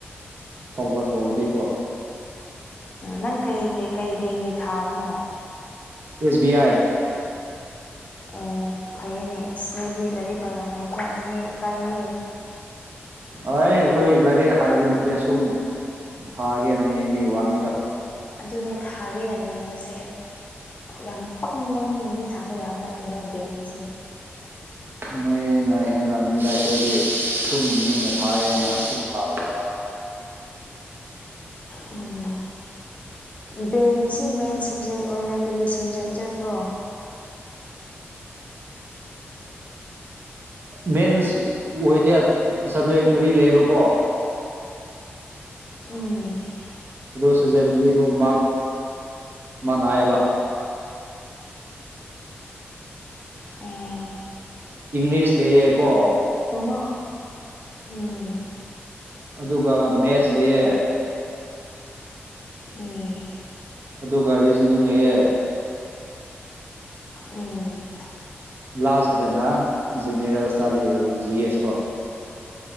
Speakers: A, on the right; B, on the left.
A: ꯊꯣꯛꯄ ꯊꯧꯔꯗꯤꯀꯣ
B: ꯅꯪ ꯀꯩ ꯕꯦꯡ ꯀꯩ ꯕꯦꯡꯒꯤ ꯊꯥꯕꯅꯣ?
A: ꯑꯦꯁ ꯕꯤ ꯑꯥꯏ
B: ꯑꯣ ꯐꯩꯌꯦꯅꯦ ꯏꯁ ꯃꯤꯗꯤ ꯂꯥꯏꯔꯤꯛ ꯀ ꯌꯥꯝ ꯍꯩꯕꯖꯥꯠꯅꯤꯍꯦ ꯏꯀꯥꯏꯍꯦ꯫
A: ꯑꯩ ꯑꯩꯈꯣꯏ ꯂꯥꯏꯔꯤꯛ ꯍꯥꯏꯕ ꯅꯠꯇꯦ ꯁꯨꯝ ꯊꯥꯒꯦꯅ ꯌꯦꯡꯕꯤꯒꯤ ꯋꯥꯅꯤꯗ꯫
B: ꯑꯗꯨꯅꯦ ꯊꯥꯒꯤꯅꯅꯤꯡꯕꯁꯦ ꯌꯥꯝ ꯄꯪꯕ ꯃꯤꯅꯗꯤ ꯊꯥꯕ ꯌꯥꯕ ꯅꯠꯇꯦ ꯃꯣꯏ ꯕꯦꯡꯒꯤꯁꯦ꯫
A: ꯅꯣꯏꯅ ꯍꯦꯟꯂꯝꯅꯤꯗ ꯑꯩꯈꯣꯏꯗꯤ ꯁꯨꯝ ꯃꯤꯅ ꯊꯥꯏꯑꯅ ꯁꯨꯝ ꯊꯥꯕꯒꯤ ꯋꯥꯅꯤꯗ꯫
B: ꯎꯝ ꯕꯦꯡꯒꯤꯁꯤ ꯃꯦꯟ ꯁꯕꯖꯦꯛ ꯑꯣꯏꯅ ꯀꯔꯤ ꯁꯕꯖꯦꯛ ꯆꯠꯄ꯭ꯔꯣ?
A: ꯃꯦꯟꯁ ꯑꯣꯏꯗꯦ ꯁꯞꯖꯦꯛ ꯃꯔꯤ ꯂꯩꯌꯦꯕꯀꯣ
B: ꯎꯝ
A: ꯑꯗꯣ ꯁꯕꯖꯦꯛ ꯃꯔꯤꯗꯣ ꯃꯥꯔꯛ ꯃꯥꯅꯥꯏꯑꯕ
B: ꯎꯝ
A: ꯏꯪꯂꯤꯁ ꯂꯩꯌꯦꯀꯣ
B: ꯀꯩꯅꯣ ꯎꯝ
A: ꯑꯗꯨꯒ ꯃꯦꯁ ꯂꯩꯑꯦ
B: ꯎꯝ
A: ꯑꯗꯨꯒ ꯔꯤꯖꯅꯤꯡ ꯂꯩꯌꯦ
B: ꯎꯝ
A: ꯂꯥꯁꯇꯅ ꯖꯦꯅꯦꯔꯦꯜ ꯏꯁꯇꯥꯗꯤ ꯑꯣꯏꯕ ꯖꯤ ꯑꯦꯁ ꯀꯣ꯫